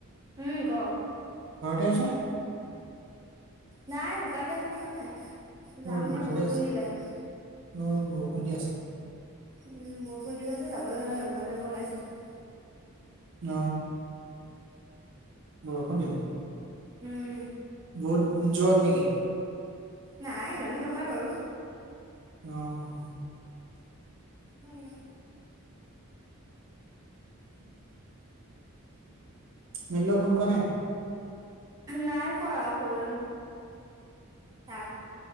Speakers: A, on the right; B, on the right.
A: উম, ক?
B: ঘৰতে আছনে?
A: নাই, দোকানতে আছো বুলি কোৱা নাই?
B: অ',
A: যামহে
B: দোকানতে
A: বৰষুণ
B: আছে
A: দিলে মানে।
B: অ', বৰষুণ দি আছে।
A: উম, বৰষুণ দিলে যে যাবলে নোৱাৰিলো, ঘৰলে যাব ওলাইছিলোৱে।
B: ন। বৰষুণ দিলে।
A: উম।
B: বহুত জোৰত নেকি?
A: নাই, ইমানো নহয় বাৰু।
B: অহ।
A: উম।
B: মৃদুলক ফোন কৰা নাই?
A: নাই কৰা ফোন। তাক